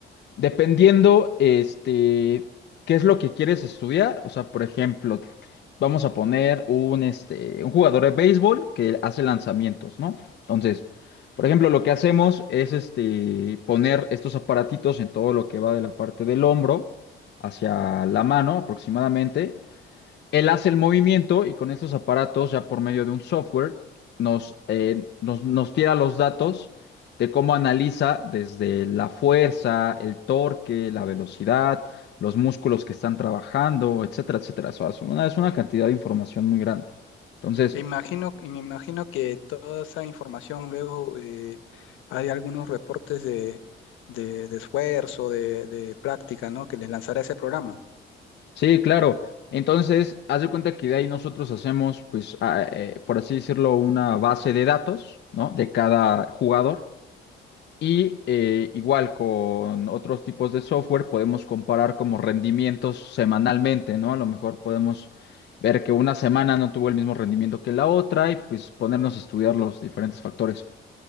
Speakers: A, on the left; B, on the left.
A: Dependiendo, este, qué es lo que quieres estudiar. O sea, por ejemplo, vamos a poner un, este, un jugador de béisbol que hace lanzamientos, ¿no? Entonces, por ejemplo, lo que hacemos es, este, poner estos aparatitos en todo lo que va de la parte del hombro hacia la mano aproximadamente. Él hace el movimiento y con estos aparatos, ya por medio de un software, nos, eh, nos, nos tira los datos de cómo analiza desde la fuerza, el torque, la velocidad, los músculos que están trabajando, etcétera, etcétera. O sea, es una, es una cantidad de información muy grande. Entonces,
B: E Imagino, y me imagino que toda esa información luego eh, hay algunos reportes de, de, de esfuerzo, de, de práctica, ¿no? Que les lanzará ese programa.
A: sí, claro. Entonces, haz de cuenta que de ahí nosotros hacemos, pues, a- eh, por así decirlo, una base de datos, ¿no? De cada jugador. Y eh, igual con otros tipos de software podemos comparar como rendimientos semanalmente, ¿no? A lo mejor podemos ver que una semana no tuvo el mismo rendimiento que la otra y pues ponernos a estudiar los diferentes factores.